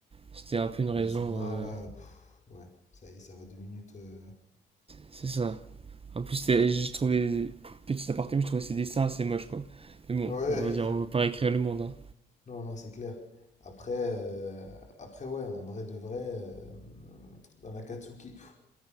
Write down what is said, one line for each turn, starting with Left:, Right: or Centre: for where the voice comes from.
Right: C'était un peu une raison...
Left: Ouais, son art,
Right: euh,
Left: là, pff, ouais, ça y est, ça va deux minutes. euh.
Right: C'est ça. En plus, c'est- j'ai trouvé, petit aparté, mais je trouvais ses dessins assez moches, quoi. Mais bon,
Left: Ouais,
Right: on
Left: ouais.
Right: va dire, on va pas réécrire le monde. hein.
Left: non, non, c'est clair. Après, euh, après, ouais, en vrai de vrai, euh, dans l'Akatsuki, pff,